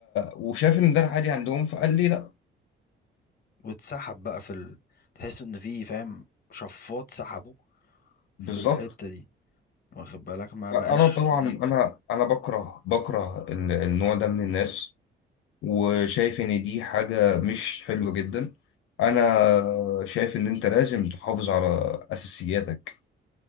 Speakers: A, on the left (about 85°); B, on the left (about 50°).
A: وشاف ان ده العادي عندهم فقال لي لا
B: واتسحب بقى في ال... تحس ان في فاهم شفاط سحبه
A: بالظبط
B: في الحتة دي واخد بالك ما
A: فانا
B: بقاش
A: طبعا انا انا بكره بكره ال- النوع ده من الناس وشايف ان دي حاجة مش حلوة جدا انا شايف ان انت لازم تحافظ على اساسياتك